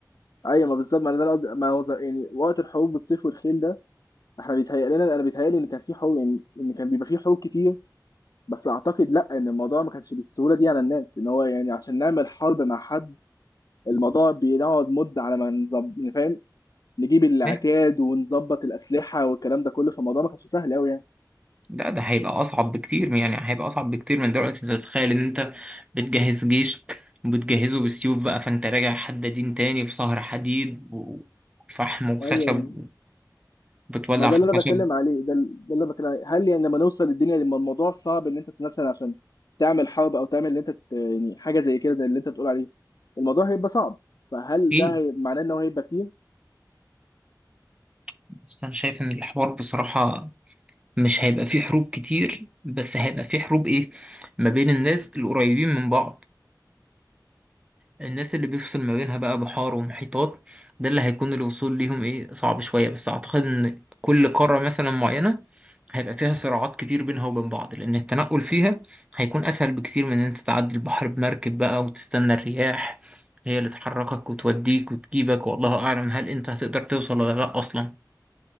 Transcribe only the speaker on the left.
ايوه ما بالظبط ما ده اللي قصدي- ما هو ز- يعني وقت الحروب بالسيف والخيل ده احنا بيتهيأ لنا انا بيتهيألي ان كان في حروب يعني ان كان بيبقى في حروب كتير بس اعتقد لا ان الموضوع ما كانش بالسهولة دي على الناس ان هو يعني عشان نعمل حرب مع حد الموضوع بنقعد مدة على ما نظبط فاهم نجيب العتاد
ونظبط الأسلحة والكلام ده كله فالموضوع ما كانش سهل قوي يعني
ايوه
ما ده
اللي
انا بتكلم عليه ده, ده اللي انا بتكلم عليه هل يعني لما نوصل للدنيا لما الموضوع صعب ان انت مثلا عشان تعمل حرب او تعمل اللي انت ت- يعني حاجه زي كده زي اللي انت بتقول عليه الموضوع هيبقى صعب فهل
ده هي- معناه ان هو هيبقى كتير؟